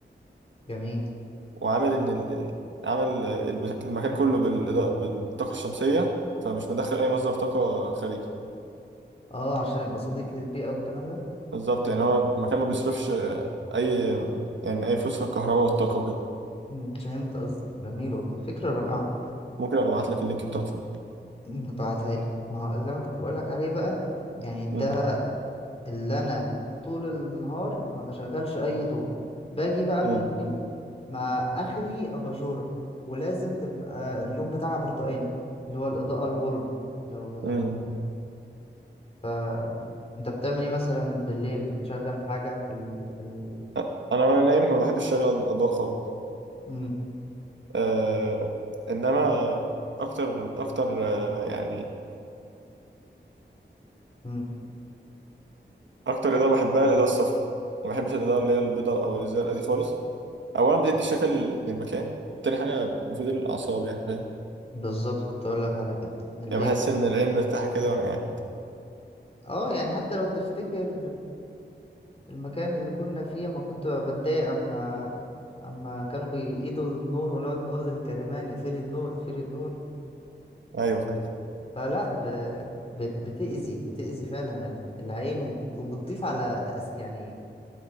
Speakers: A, on the left; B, on the right.
A: جميل
B: وعامل ان ال... عامل المك- المكان كله بالإضاءة... بالطاقه الشمسيه فمش مدخل اي مصدر طاقه خارجي
A: اه عشان يبقى صديق للبيئة والكلام ده
B: بالظبط يعني هو المكان ما بيصرفش اي يعني اي فلوس في الكهرباء والطاقه وكده
A: مم، فهمت قصدي جميل والله فكرة رائعة
B: ممكن ابقى ابعت لك اللينك بتاعته
A: مم، ابعتها لي ما هو اللي انا كنت بقول لك عليه بقى يعني ده
B: مم.
A: اللي انا طول النهار ما بشغلش اي ضوء باجي بقى
B: مم.
A: بالليل ما اخري اباجوره ولازم تبقى اللون بتاعها برتقاني اللي هو الاضاءة الورم لو لو
B: مم.
A: ت- ف انت بتعمل ايه مثلا بالليل بتشغل حاجة في ال... في ال...
B: أ- انا وانا نايم ما بحبش اشغل الاضواء خالص
A: مم.
B: أه... انما اكتر اكتر آه، يعني
A: مم.
B: اكتر اضاءه بحبها الاضاءه الصفراء ما بحبش الاضاءه اللي هي البيضاء او الزرقاء دي خالص اولا بتدي شكل للمكان تاني حاجه مفيده للاعصاب يعني فاهم
A: بالظبط كنت اقول لك على كده اللي
B: يعني
A: هي
B: بحس ان العين مرتاحه كده وانا قاعد
A: اه يعني حتى لو تفتكر المكان اللي كنا فيه ما كنت بتضايق اما اما كانوا بيقيدوا النور ونقعد نقول للكريمان اقفلي النور اقفلي النور
B: ايوه فاكر
A: فلا ب... بت- بتأذي بتأذي فعلا ال- العين وبت- وبتضيف على تأس... يعني